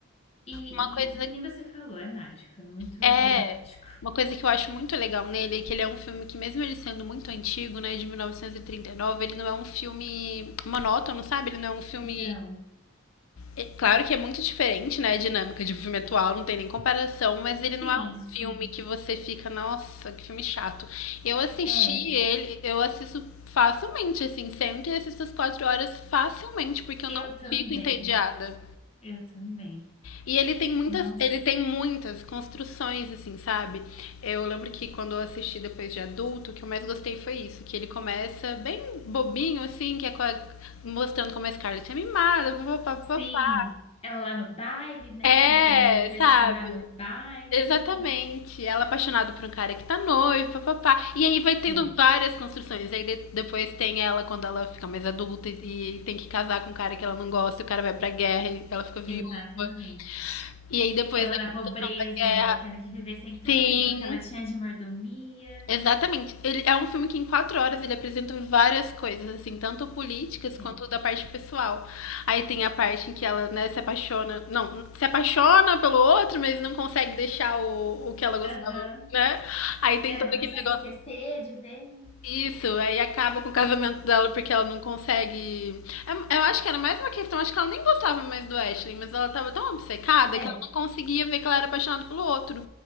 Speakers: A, on the left; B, on the left.
A: e,
B: Uma coisa
A: e, e que nem você falou, é mágico, é muito
B: é.
A: dramático.
B: Uma coisa que eu acho muito legal nele é que ele é um filme que, mesmo ele sendo muito antigo, né, de 1939, ele não é um filme monótono, sabe? Ele não é um filme
A: Não.
B: É claro que é muito diferente, né? A dinâmica de um filme atual, não tem nem comparação, mas ele não
A: Sim,
B: é um
A: sim.
B: filme que você fica, nossa, que filme chato. Eu assisti
A: É,
B: ele, eu assisto facilmente, assim, sempre assisto as quatro horas facilmente, porque eu
A: eu
B: não
A: também.
B: fico entediada.
A: Eu também.
B: E ele tem muitas,
A: Nossa,
B: ele tem muitas construções, assim, sabe? Eu lembro que quando eu assisti depois de adulto, o que eu mais gostei foi isso, que ele começa bem bobinho, assim, que é com a- mostrando como a Scarlett é mimada, papapá.
A: sim. Ela lá no baile, né?
B: É,
A: Tentando impressionar
B: sabe?
A: no baile.
B: Exatamente. Ela é apaixonada por um cara que tá noivo, papapá. E aí vai tendo
A: É,
B: várias construções. Aí de- depois tem ela quando ela fica mais adulta e e tem que casar com um cara que ela não gosta, e o cara vai pra guerra e ela fica viúva.
A: exatamente.
B: E aí depois
A: Ela
B: da
A: na
B: construção
A: pobreza,
B: da guerra,
A: né? Ela tendo que viver sem tudo
B: sim,
A: aquilo que ela tinha de mordomia.
B: Exatamente. Ele é um filme que em quatro horas ele apresenta várias coisas, assim, tanto políticas
A: Sim.
B: quanto da parte pessoal. Aí tem a parte em que ela, né, se apaixona. Não, se apaixona pelo outro, mas não consegue deixar o, o que ela gostava,
A: Aham.
B: né? Aí tem
A: É,
B: todo
A: não
B: aquele
A: consegue
B: negócio
A: esquecer de vez.
B: isso, aí acaba com o casamento dela porque ela não consegue. É- Eu acho que era mais uma questão, acho que ela nem gostava mais do Ashley, mas ela tava tão obcecada
A: É,
B: que ela não conseguia ver que ela era apaixonada pelo outro.